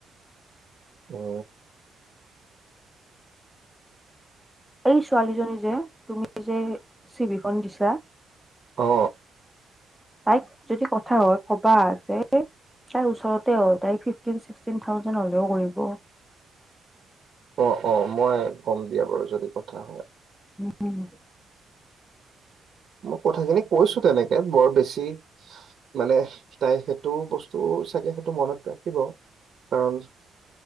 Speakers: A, on the right; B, in the centre.
A: অ।
B: এই ছোৱালীজনী যে তুমি যে চিভিখন দিছা।
A: অ।
B: তাইক যদি কথা হয় ক'বা যে তাইৰ ওচৰতে হয় তাই ফিফটিন ছিক্সটিন থাউজেণ্ড হ'লেও কৰিব।
A: অ, অ, মই ক'ম দিয়া বাৰু যদি কথা হয়।
B: উম।
A: অ', কথাখিনি কৈছো তেনেকে, বৰ বেছ তি, মানে তাই সেইটো বস্তু চাগে সেইটো মনত ৰাখিব। কাৰণ